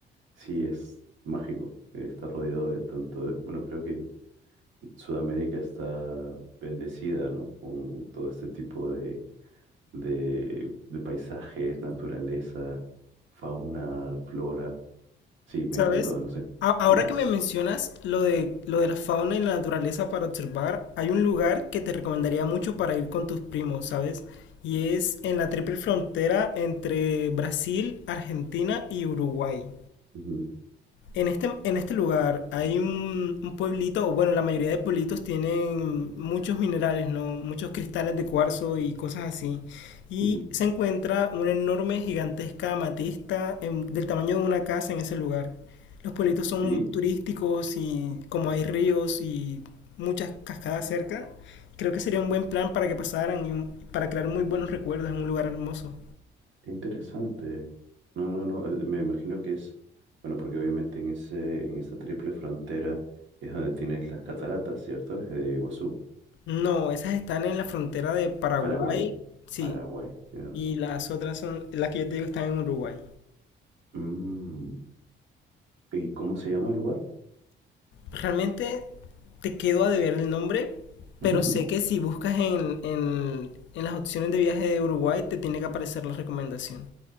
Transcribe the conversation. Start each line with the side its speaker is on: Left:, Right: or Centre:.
Right: sí, es mágico, eh, está rodeado de tanto, de- bueno, creo que Sudamérica está bendecida, ¿no? Con todo este tipo de, de, de paisajes, naturaleza, fauna, flora, sí, me
Left: ¿Sabes?
Right: encantó, no sé.
Left: A- ahora
Right: ¿Mm?
Left: que me mencionas lo de, lo de la fauna y la naturaleza para observar, hay un lugar que te recomendaría mucho para ir con tus primos, ¿sabes? Y es en la triple frontera entre Brasil, Argentina y Uruguay.
Right: Ujú,
Left: En este, en este lugar hay un, un pueblito, o bueno, la mayoría de pueblitos tienen muchos minerales, ¿no? Muchos cristales de cuarzo y cosas así. Y
Right: ujú.
Left: se encuentra una enorme, gigantesca amatista en- del tamaño de una casa en ese lugar. Los pueblitos son
Right: Sí,
Left: turísticos y como hay ríos y muchas cascadas cerca, creo que sería un buen plan para que pasaran y un- para crear muy buenos recuerdos en un lugar hermoso.
Right: qué interesante. No, no, no, eh, me imagino que es, bueno, porque obviamente en ese, en esa triple frontera es donde tienes las cataratas, ¿cierto? Es de Iguazú.
Left: No, esas están en la frontera de Paraguay.
Right: Paraguay,
Left: Sí,
Right: Paraguay, tienes razón.
Left: Y las otras son, las que yo te digo están en Uruguay.
Right: Mm, ¿y cómo se llama el lugar?
Left: Realmente te quedo a deber el nombre,
Right: <laughs>
Left: pero sé que si buscas en, en, en las opciones de viaje de Uruguay te tiene que aparecer la recomendación.